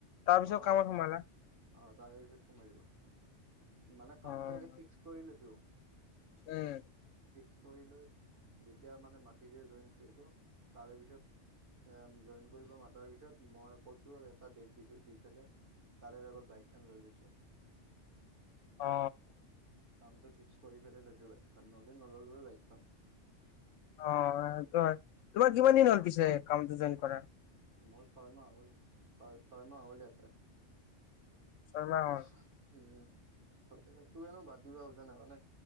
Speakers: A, on the left; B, on the right.
A: তাৰ পিছত
B: অ
A: কামত
B: কাম
A: সোমালা
B: অ তাৰ পিছত কমাই যিব মানে
A: হয়
B: কামটো আগে ফিক্স কৰি লৈছো
A: উম।
B: এক্সি কৰি লৈ যেতিয়া মানে মাতিছে জইন কৰিব তাৰে পিছত জইন কৰিব মাতাৰ পিছত মই কৈছো আৰু এটা ডেট দিছো দি পেলাই তাৰে আগত বাইকখন লৈ লৈছো
A: অ
B: কামটো ফিক্স কৰি ফেলাই লৈছো বাইকখন নহ'লে নল'লোৱে হয় বাইক ক
A: অ সে সেটো হয় তোমাৰ কিমান দিন হ'ল পিছে কামটো জইন কৰ
B: মই <unintelligible> হয় ছয়মাহ হল ইয়াতে
A: ছয়মাহ
B: উম
A: হ'ল
B: হয় সেইটোকনো বাদ দিবা খুজা নে মানে